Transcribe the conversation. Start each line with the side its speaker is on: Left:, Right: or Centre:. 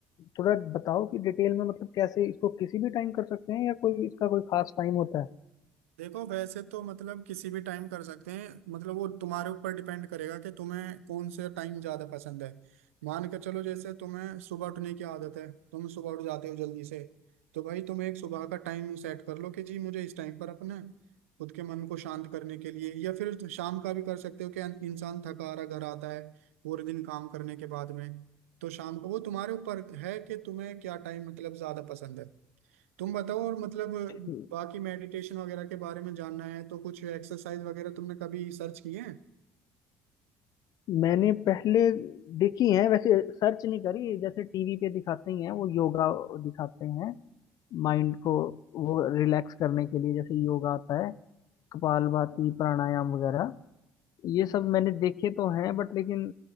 Left: थोड़ा बताओ कि डिटेल में मतलब कैसे इसको किसी भी टाइम कर सकते हैं या कोई इसका कोई खास टाइम होता
Right: देखो वैसे तो मतलब किसी भी टाइम कर सकते हैं मतलब वो तुम्हारे ऊपर डिपेंड करेगा कि तुम्हें कौन से टाइम ज्यादा पसंद है मान के चलो जैसे तुम्हें सुबह उठने की आदत है तुम सुबह उठ जाते हो जल्दी से तो भाई तुम एक सुबह का टाइम सेट कर लो कि जी मुझे इस टाइम पर अपने खुद के मन को शांत करने के लिए या फिर शाम का भी कर सकते हो कि इंसान थका हारा घर आता है पूरे दिन काम करने के बाद में तो शाम को वो तुम्हारे ऊपर है कि तुम्हें क्या टाइम मतलब ज्यादा पसंद है तुम बताओ और मतलब
Left: है
Right: बाकी मेडिटेशन वगैरह के बारे में जानना है तो कुछ एक्सरसाइज वगैरह तुमने कभी सर्च किए हैं
Left: मैंने पहले देखी है वैसे सर्च नहीं करी जैसे टीवी पे दिखाते ही हैं वो योगा दिखाते हैं माइंड को वो रिलैक्स करने के लिए जैसे योगा आता है कपालभाति प्राणायाम वगैरह ये सब मैंने देखे तो हैं बट लेकिन